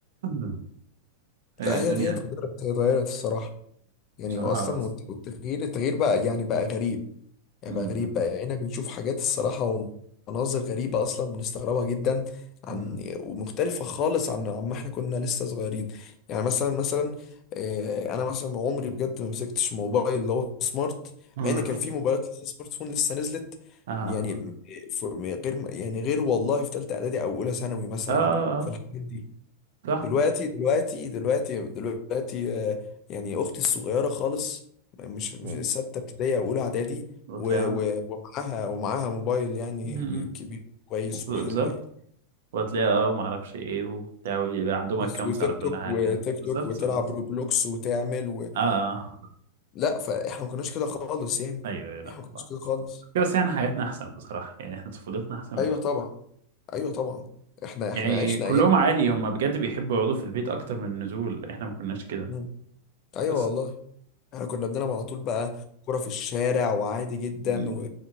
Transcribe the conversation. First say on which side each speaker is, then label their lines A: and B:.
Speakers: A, on the right; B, on the left.
A: <clears throat> إيه
B: لا
A: الدنيا
B: هي هي اتغيرت هي اتغيرت الصراحة يعني
A: بصراحه
B: هو أصلا والت- والتغيير التغيير بقى يعني بقى غريب يعني
A: مم.
B: بقى غريب بقى يعني هنا بنشوف حاجات الصراحة ومناظر غريبة أصلا بنستغربها جدا عن
A: مم.
B: ومختلفة خالص عن عما احنا كنا لسه صغيرين يعني مثلا مثلا آه، أنا مثلا عمري بجد ما مسكتش موبايل اللي هو سمارت
A: اه
B: مع إن كان
A: يعني
B: في موبايلات لسه سمارت فون لسه نزلت
A: اه
B: يعني آه، ف- غير يعني غير والله في تالتة إعدادي أو أولى ثانوي مثلا
A: اه آه،
B: في الحاجات دي
A: صح
B: دلوقتي دلوقتي دلوقتي دلوقتي آه، يعني اختي الصغيره خالص مش
A: مم.
B: سته ابتدائي او اولى اعدادي
A: وتلاقي
B: و- و- ومعاها ومعاها موبايل يعني
A: م- م.
B: كبير كويس
A: بالظبط
B: وحلو يعني
A: وهتلاقيها اه ما اعرفش ايه وبتاع ويبقى عندهم اكونتس
B: بس وتيك
A: على كل
B: توك
A: حاجه
B: وتيك
A: بالظبط
B: توك وتلعب
A: بالظبط
B: روبلوكس وتعمل و...
A: اه آه.
B: لا فاحنا ما كناش كده خالص يعني
A: ايوه ايوه لا
B: احنا ما كناش
A: فاهم.
B: كده خالص
A: بس يعني حياتنا احسن بصراحه يعني احنا طفولتنا احسن
B: ايوه
A: من دول
B: طبعا ايوه طبعا احنا احنا
A: يعني
B: عشنا
A: كلهم
B: ايام
A: عادي هم بجد بيحبوا يقعدوا في البيت اكتر من النزول احنا ما كناش كده
B: مم. ايوه
A: بس
B: والله احنا كنا بنلعب على طول بقى كرة في الشارع وعادي جدا
A: كده
B: و...